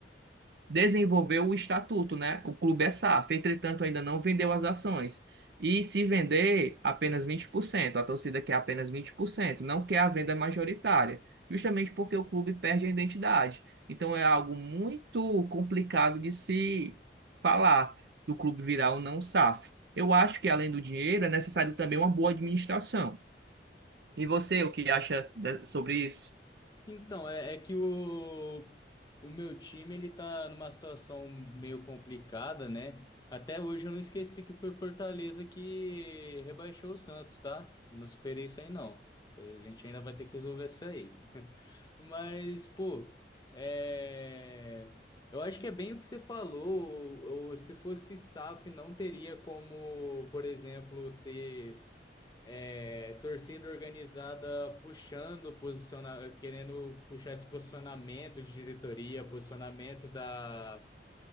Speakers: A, on the right; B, on the left.
A: desenvolveu o estatuto, né? O clube é SAF, entretanto, ainda não vendeu as ações. E se vender, apenas 20%, A torcida quer apenas 20%, não quer a venda majoritária, justamente porque o clube perde a identidade. Então é algo muito complicado de se falar do clube virar ou não SAF. Eu acho que além do dinheiro é necessário também uma boa administração. E você, o que acha da- sobre isso?
B: Então, é, é que o, o meu time ele tá numa situação meio complicada, né? Até hoje eu não esqueci que foi o Fortaleza que rebaixou o Santos, tá? Não superei isso aí, não. Isso aí A gente ainda vai ter que resolver isso aí. <laughs> Mas, pô, é, eu acho que é bem o que você falou. Ou, ou se fosse SAF, não teria como, por exemplo, ter é, torcida organizada puxando, posiciona, querendo puxar esse posicionamento de diretoria, posicionamento da,